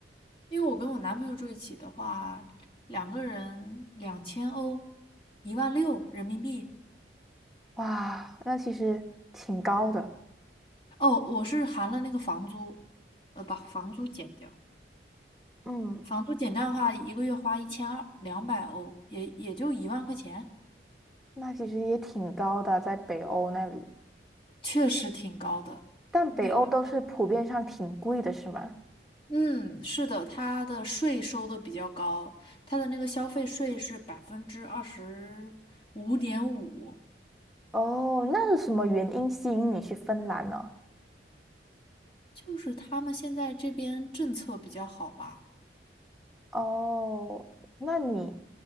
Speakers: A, on the left; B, in the centre.
A: 因为我跟我男朋友住一起的话，两个人两千欧，一万六人民币。
B: 哇，那其实挺高的。
A: 哦，我是含了那个房租，呃，把房租减掉，
B: 嗯，
A: 房租减掉的话，一个月花一千二，两百欧，也也就一万块钱，
B: 那其实也挺高的，在北欧那里。
A: 确实挺高的。
B: 但北欧都是普遍上挺贵的，
A: 那个。
B: 是吗？
A: 嗯，是的，它的税收的比较高，它的那个消费税是百分之二十五点五，
B: 哦，那是什么原因吸引你去芬兰呢？
A: 就是他们现在这边政策比较好吧？
B: 哦，那你